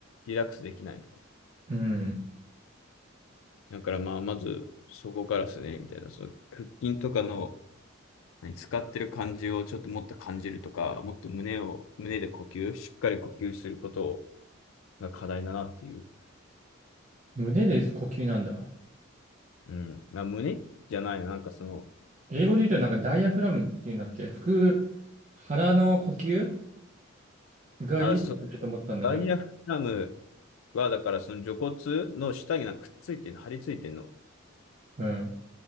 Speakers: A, on the left; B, on the right.
A: リラックスできないみたい
B: うん。
A: な。だからまあ、まずそこからですね、みたいな。その腹筋とかの何使ってる感じをちょっともっと感じるとか、もっと胸を、胸で呼吸、しっかり呼吸することが課題だなっていう。
B: 胸で呼吸なんだ。
A: うん。な、胸じゃないの。なんかその、
B: 英語で言うとなんかダイアフラムっていうんだっけ腹、腹の呼吸がいいと思ったんだけど。
A: あ、そう。ダイアフラムは、だからその除骨の下になんかくっついてるの、張り付いてるの。
B: うん。